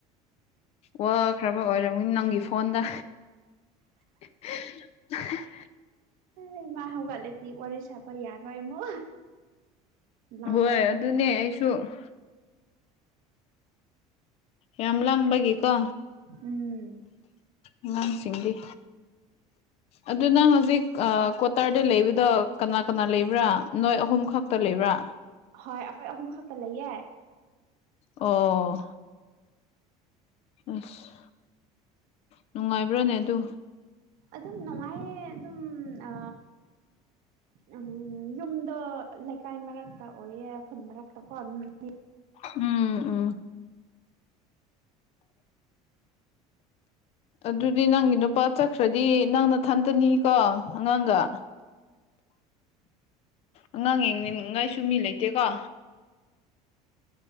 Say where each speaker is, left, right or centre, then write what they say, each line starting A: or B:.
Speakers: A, on the left; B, on the right.
A: ꯋꯥ ꯈ꯭ꯔꯕ ꯑꯣꯏꯔꯝꯅꯤ ꯅꯪꯒꯤ ꯐꯣꯟꯗ꯫ <unintelligible>
B: ꯑꯦ ꯃꯥ ꯍꯧꯒꯠꯂꯗꯤ ꯋꯥꯔꯤ ꯁꯕ ꯌꯥꯔꯣꯏ ꯑꯃꯨꯛ ꯂꯥꯎꯕꯗ
A: ꯍꯣꯏ ꯑꯗꯨꯅꯦ ꯑꯩꯁꯨ ꯌꯥꯝ ꯂꯥꯡꯕꯒꯤꯀꯣ
B: ꯎꯝ
A: ꯑꯉꯥꯡꯁꯤꯡꯗꯤ ꯑꯗꯨ ꯅꯪ ꯍꯧꯖꯤꯛ ꯀ꯭ꯋꯥꯇꯥꯔꯗ ꯂꯩꯕꯗꯣ ꯀꯅꯥ ꯀꯅꯥ ꯂꯩꯕ꯭ꯔꯥ ꯅꯣꯏ ꯑꯍꯨꯝ ꯈꯛꯇ ꯂꯩꯕ꯭ꯔꯥ꯫
B: ꯍꯣꯏ ꯑꯩꯈꯣꯏ ꯑꯍꯨꯝ ꯈꯛꯇ ꯂꯩꯌꯦ꯫
A: ꯑꯣ ꯑꯁ ꯅꯨꯡꯉꯥꯏꯕ꯭ꯔꯥꯅꯦ ꯑꯗꯨ
B: ꯑꯗꯨꯝ ꯅꯨꯡꯉꯥꯏꯌꯦ ꯑꯗꯨꯝ ꯑ ꯎꯝ ꯌꯨꯝꯗꯣ ꯂꯩꯀꯥꯏ ꯃꯔꯛꯇ ꯑꯣꯏꯌꯦ ꯈꯨꯟ ꯃꯔꯛꯇꯀꯣ ꯃꯤ
A: ꯎꯝ ꯎꯝ ꯑꯗꯨꯗꯤ ꯅꯪꯒꯤ ꯅꯨꯄꯥ ꯆꯠꯈ꯭ꯔꯗꯤ ꯅꯪ ꯅꯊꯟꯇꯅꯤꯀꯣ ꯑꯉꯥꯡꯒ ꯑꯉꯥꯡ ꯌꯦꯡꯅꯤꯡꯉꯥꯏꯁꯨ ꯃꯤ ꯂꯩꯇꯦꯀꯣ꯫